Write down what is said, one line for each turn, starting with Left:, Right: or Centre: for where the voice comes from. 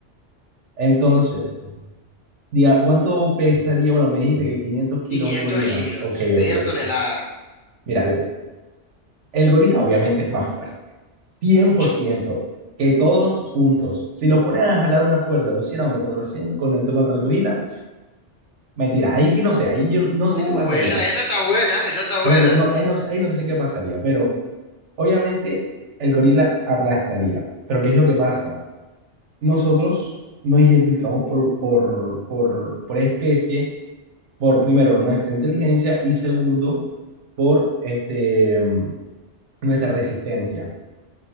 Right: Entonces, diga, ¿cuánto pesaría? Bueno, me dijiste que 500 kilos
Left: 500
Right: un gorila.
Left: kilos,
Right: Ok,
Left: media
Right: ok,
Left: tonelada,
Right: ok. Mira, mira. El gorila obviamente es más fuerte, cien
Left: mucho.
Right: por ciento que todos juntos. Si los ponen a jalar una cuerda, los 100 hombres contra, los 100, con el, contra el gorila, mentira, ahí sí no sé, ahí yo no sé
Left: Uh,
Right: qué pasaría.
Left: esa, esa está buena, esa está buena.
Right: Por ejemplo, no, ahí, no, ahí no sé qué pasaría, pero obviamente el gorila aplastaría. Pero ¿qué es lo que pasa? Nosotros nos identificamos por, por, por, por especie, por primero nuestra inteligencia y segundo por este, mm, nuestra resistencia.